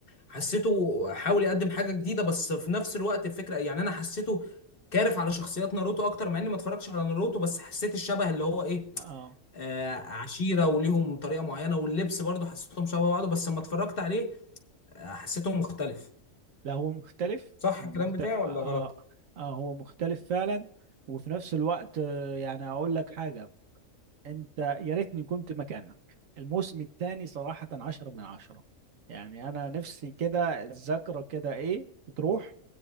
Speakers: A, on the left (about 45°); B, on the right (about 80°).
A: حسيته حاول يقدم حاجة جديدة بس في نفس الوقت الفكرة يعني أنا حسيته كارف على شخصيات ناروتو أكتر مع إني ما اتفرجتش على ناروتو بس حسيت الشبه اللي هو إيه
B: اه
A: آه عشيرة وليهم طريقة معينة واللبس برضو حسيتهم شبه بعض بس لما اتفرجت عليه آه، حسيته مختلف
B: لا هو مختلف
A: صح
B: هو
A: الكلام
B: مختلف
A: بتاعي
B: آه,
A: ولا غلط؟
B: آه, آه هو مختلف فعلا وفي نفس الوقت آه يعني أقول لك حاجة أنت يا ريتني كنت مكانك الموسم الثاني صراحة عشرة من عشرة يعني أنا نفسي كده الذاكرة كده إيه تروح